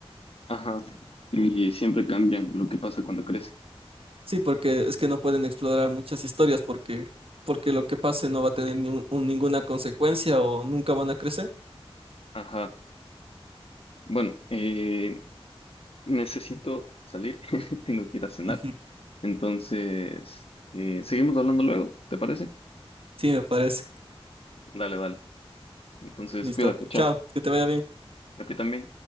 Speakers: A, on the left; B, on the right.
A: Ajá. Y siempre cambian lo que pasa cuando crece.
B: Sí, porque es que no pueden explorar muchas historias porque, porque lo que pase no va a tener ni un- un- ninguna consecuencia o nunca van a crecer.
A: Ajá. Bueno, eh, necesito salir. <laughs> Tengo que ir a cenar.
B: <laughs>
A: Entonces, eh, seguimos hablando luego, ¿te parece?
B: Sí, me parece.
A: Dale, dale. Entonces,
B: Listo.
A: cuídate, chao.
B: Chao, que te vaya bien.
A: A ti también.